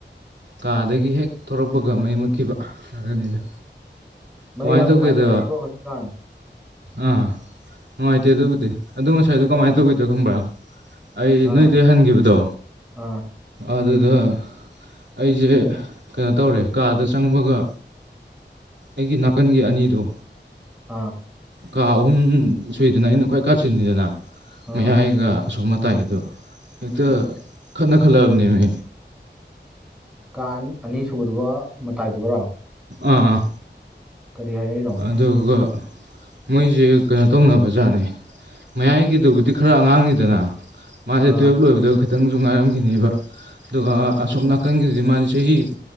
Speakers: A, on the right; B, in the centre.
A: ꯀꯥꯗꯒꯤ ꯍꯦꯛ ꯊꯣꯔꯛꯄꯒ ꯃꯩ ꯃꯨꯠꯈꯤꯕ ꯑꯗꯨꯅꯤꯗ
B: ꯃꯩ
A: ꯀꯃꯥꯏꯅ
B: ꯌꯥꯝ
A: ꯇꯧꯒꯦꯗ
B: ꯅꯨꯡꯉꯥꯏꯇꯝꯅꯤꯀꯣ ꯍꯧꯖꯤꯛ ꯀꯥꯟ
A: ꯑꯥ ꯅꯨꯡꯉꯥꯏꯇꯦ ꯑꯗꯨꯕꯨꯗꯤ ꯑꯗꯣ ꯉꯁꯥꯏꯗꯨ
B: ꯃꯩ
A: ꯀꯃꯥꯏ ꯇꯧꯒꯤꯗꯨ ꯈꯪꯕ꯭ꯔꯥ ꯑꯩ
B: ꯑꯥ
A: ꯅꯣꯏꯗꯩ ꯍꯟꯒꯤꯕꯗꯣ
B: ꯑꯥ
A: ꯑꯗꯨꯗ ꯑꯩꯖꯦ ꯀꯩꯅꯣ ꯇꯧꯔꯦ ꯀꯥꯗ ꯆꯪꯕꯒ ꯑꯩꯒꯤ ꯅꯥꯀꯟꯒꯤ ꯑꯅꯤꯗꯣ
B: ꯑꯥ
A: ꯀꯥ ꯑꯍꯨꯝ ꯁꯨꯏꯗꯅ ꯑꯩꯅ ꯈ꯭ꯋꯥꯏ ꯀꯥꯆꯤꯟꯅꯤꯗꯅ
B: ꯑꯥ
A: ꯃꯌꯥꯏꯒ ꯑꯁꯣꯝ ꯃꯇꯥꯏꯒꯗꯨ ꯍꯦꯛꯇ
B: ꯑꯥ
A: ꯈꯠꯅ ꯈꯠꯂꯛꯑꯝꯅꯦꯃꯦ
B: ꯀꯥ ꯑꯟ ꯑꯅꯤꯁꯨꯕꯗꯨꯒ ꯃꯇꯥꯏꯗꯨꯒꯔꯣ
A: ꯑꯥ ꯑꯥ
B: ꯀꯔꯤ ꯍꯥꯏꯅꯩꯅꯣ
A: ꯑꯗꯨꯗꯨꯒ ꯃꯣꯏꯖꯦ ꯀꯩꯅꯣ ꯇꯧꯅꯕ ꯖꯥꯠꯅꯦ ꯃꯌꯥꯏꯒꯤꯗꯨꯕꯨꯗꯤ ꯈꯔ ꯑꯉꯥꯡꯅꯤꯗꯅ ꯃꯥꯖꯦ
B: ꯑꯥ
A: ꯇꯨꯌꯦꯞ ꯂꯣꯏꯕꯗ ꯈꯤꯇꯪꯁꯨ ꯉꯥꯏꯔꯝꯈꯤꯅꯤꯕ ꯑꯗꯨꯒ
B: ꯑꯥ
A: ꯑꯁꯣꯝ ꯅꯥ ꯀꯟꯒꯤꯗꯨꯗꯤ ꯃꯥꯗꯤ ꯆꯍꯤ